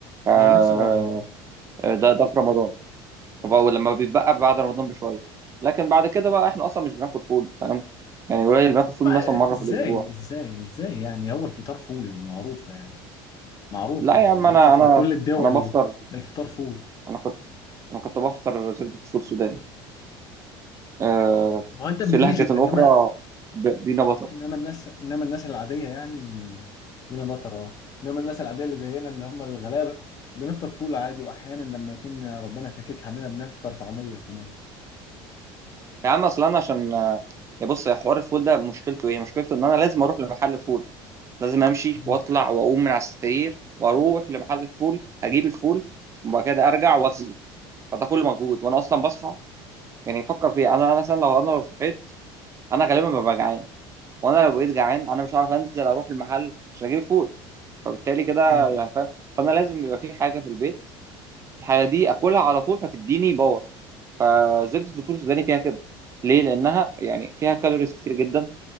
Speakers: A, on the right; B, on the left.
A: ف- آه،
B: ما هو نفس الوضع يعني
A: ده ده في رمضان وبقى لما بيتبقى بعد رمضان بشويه لكن بعد كده بقى احنا اصلا مش بناكل فول فاهم يعني قليل بناكل
B: ما
A: فول مثلا مره
B: ازاي
A: في الاسبوع
B: ازاي ازاي يعني هو الفطار فول معروفه يعني معروفه
A: لا
B: يعني
A: يا عم
B: معروفه
A: انا
B: في
A: انا
B: كل الدول
A: انا بفطر
B: الفطار فول
A: انا كنت انا كنت بفطر زبده فول سوداني آه
B: ما هو انت من
A: في
B: ايجيبت
A: لهجه اخرى
B: انما
A: ب- بينا بطر
B: انما الناس انما الناس العاديه يعني بينا مطره انما الناس العاديه اللي زينا اللي هم الغلابه بنفطر فول عادي واحيانا لما يكون ربنا فاكك عننا بنفطر طعميه كمان
A: يا عم اصلا انا عشان آه، يا بص يا حوار الفول ده مشكلته ايه مشكلته ان انا لازم اروح لمحل فول لازم امشي
B: مم.
A: واطلع واقوم من على السرير واروح لمحل الفول هجيب الفول وبعد كده ارجع واغسله فده كل مجهود وانا اصلا بصحى يعني فكر فيها انا مثلا لو انا لو صحيت انا غالبا ببقى جعان وانا لو بقيت جعان انا مش عارف انزل اروح المحل عشان اجيب فول فبالتالي كده
B: مم.
A: يعني فاهم فانا لازم يبقى في حاجه في البيت الحاجه دي اكلها على طول فتديني باور فزبده الفول السوداني فيها كده ليه لانها يعني فيها كالوريز كتير جدا